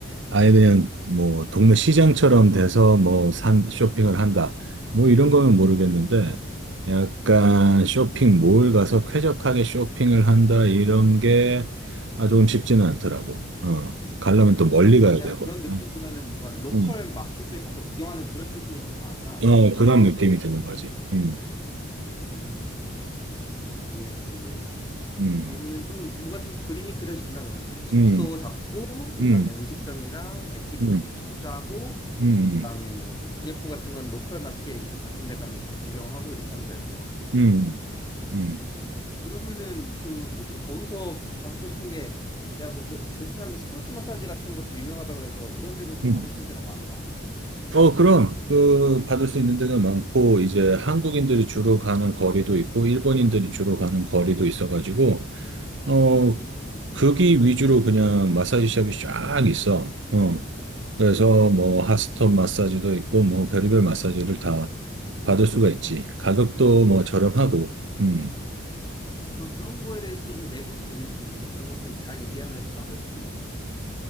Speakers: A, on the right; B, on the left.
A: 아예 그냥 뭐 동네 시장처럼 돼서 뭐 산, 쇼핑을 한다. 뭐 이런 거면 모르겠는데,
B: 음,
A: 약간 쇼핑몰 가서 쾌적하게 쇼핑을 한다. 이런 게 아, 조금 쉽지는 않더라고. 어. 가려면 또 멀리
B: 그럼
A: 가야
B: 그냥
A: 되고.
B: 그런 느낌보다는
A: 음.
B: 뭔가 로컬
A: 음.
B: 마켓을 가서 구경하는 그런 느낌이 더 강하구나.
A: 어, 그런 느낌이 드는 거지. 음.
B: 음, 이해했어, 이해했어.
A: 음.
B: 그러면은 좀 뭔가 좀 그림이 그려진다 그러면 숙소
A: 음.
B: 잡고 그다음에
A: 음.
B: 음식점이랑 액티비티
A: 음.
B: 위주로 짜고
A: 음.
B: 그다음에 뭐 기념품 같은 건 로컬 마켓 이런 같은 데 가면서 좀 구경하고 이렇게 하면 될 것 같고.
A: 음.
B: 그치?
A: 음.
B: 그러면은 그 뭐지? 거기서 꼭 받고 싶은 게 내가 그 베- 베트남의 스포츠 마사지 같은 것도 유명하다 그래서 그런 데도 좀
A: 음.
B: 받을 수 있는 데가 많나?
A: 어, 그럼, 그, 받을 수 있는 데가 많고, 이제 한국인들이 주로 가는 거리도 있고, 일본인들이 주로 가는 거리도 있어가지고, 어,
B: 음.
A: 거기 위주로 그냥 마사지 샵이 쫙 있어. 어,
B: 음,
A: 그래서 뭐,
B: 좋네.
A: 핫스톤 마사지도 있고, 뭐, 별의별 마사지를 다 받을 수가 있지. 가격도 뭐, 저렴하고, 음,
B: 너 그런 거에 대해서도 좀 내고도 되는 부분이야? 그런 것도 잘 얘기하면 좀 깎을 수도 있나, 보통?